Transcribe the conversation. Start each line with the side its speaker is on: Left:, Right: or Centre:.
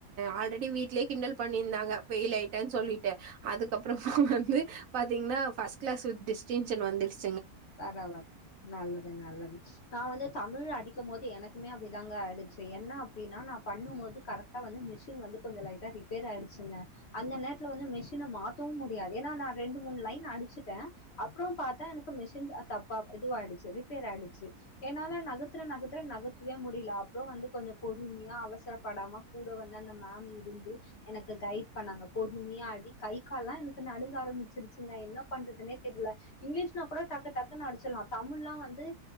Right: ஆல்ரெடி வீட்லயே கிண்டல் பண்ணிருந்தாங்க பெயில் லாய்ட்டசொல்லிட்டு அதுக்கப்புறம் வந்து பாத்தீங்கன்னா பர்ஸ்ட் கிளாஸ் வித் டிஸ்டிங்ஷன் வந்துடுச்சு
Left: வரவரைக்கும் நல்லது நல்லது நான் வந்து தமிழ்ல அடி போது எனக்குமே அப்படிதாங்க ஆய்டுச்சு என்ன அப்டின்னா நான் பண்ணும்போது மிஷின் கொஞ்சம் லைட்டா ரிப்பேர் ஆயிடுச்சுங்க அந்த நேரத்துல வந்து மெஷினை மாத்தவும் முடியாது ஏன்னா நான் ரெண்டு மூணு லைன் அடிச்சிட்டேன் அப்புறம் பார்த்தா மிஷன் தப் துஆய்டுச்சு ரிப்பேர் ஆயிடுச்சு ஏனால நகத்துற நத்துற நகத்துவே முடியல அப்புறம் வந்து கொஞ்சம் பொறுமையா அவசரப்படாம கூட வந்து அந்த மேம் இருந்து எனக்கு கைட் பண்ணாங்க பொறுமையா ஆடி கை கால்லாம் எனக்கு நடுங்க ஆரம்பிச்சிருச்சுங்க என்ன பண்றதுே தெரியல இ் டக்கு டக்குனு அடிச்சலாம் தமிழ்ல்லாம் வந்து